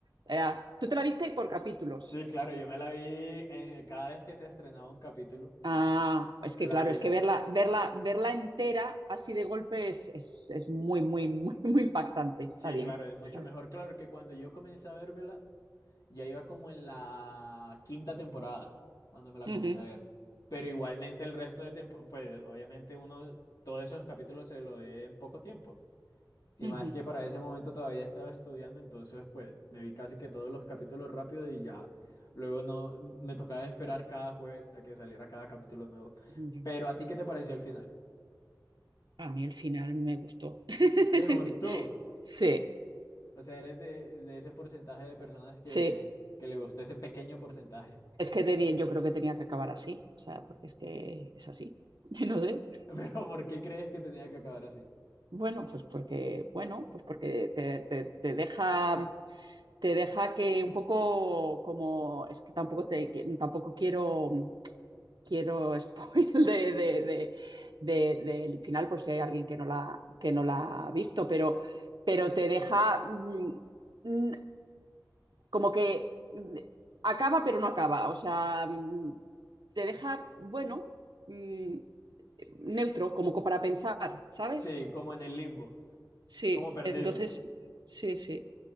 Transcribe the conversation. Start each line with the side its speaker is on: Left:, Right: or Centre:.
Right: eh, ¿tú te la viste por capítulos?
Left: Sí, claro, yo me la vi eh, cada vez que se estrenaba un capítulo,
Right: Ah, es que
Left: me la
Right: claro,
Left: veía.
Right: es que verla, verla, verla entera así de golpe es, es- es muy, muy, muy, <laughs> muy impactante. Está
Left: Sí,
Right: bien,
Left: claro, es mucho
Right: está
Left: mejor, claro, que cuando yo comencé a vérmela, ya iba como en la quinta temporada, cuando me la
Right: bien.
Left: comencé a ver. Pero igualmente el resto de tiempo, pues obviamente uno, todos esos capítulos se lo ve en poco tiempo. Y
Right: Ujú,
Left: más
Right: ujú.
Left: que para ese momento todavía estaba estudiando, entonces pues me vi casi que todos los capítulos rápido y ya. Luego no, me tocaba esperar cada jueves a que saliera cada capítulo nuevo.
Right: Ujú.
Left: Pero ¿a ti qué te pareció el final?
Right: A mí el final me gustó. <laughs>
Left: ¿Te gustó?
Right: Sí,
Left: O sea, eres de, de ese porcentaje de personas
Right: sí.
Left: que, que le gustó ese pequeño porcentaje.
Right: Es que tenía, yo creo que tenía que acabar así. O sea, porque es que es así. <laughs> No sé.
Left: <laughs> Pero ¿por qué crees que tenía que acabar así?
Right: Bueno, pues porque, bueno, pues porque te, te- te deja, te deja que un poco como, es que tampoco te, tampoco quiero. quiero spoil de, de- de- de- del final por si hay alguien que no la, que no la ha visto, pero, pero te deja mm, mm, como que mm, acaba pero no acaba, o sea, mm, te deja, bueno, mm, neutro, como para pensar, ¿sabes?
Left: Sí, como en el limbo,
Right: Sí,
Left: como perdido.
Right: entonces, sí, sí.